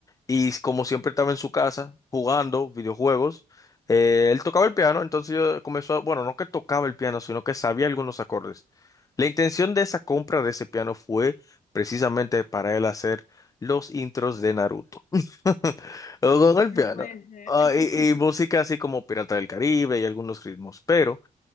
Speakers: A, on the left (about 25°); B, on the left (about 60°).
A: y como siempre estaba en su casa jugando videojuegos, eh, él tocaba el piano, entonces yo comenzó, a- bueno, no que tocaba el piano, sino que sabía algunos acordes. La intención de esa compra de ese piano fue precisamente para él hacer los intros de Naruto. <laughs> Con el piano.
B: No puede ser.
A: Ah,
B: <laughs>
A: y, y música así como Pirata del Caribe y algunos ritmos, pero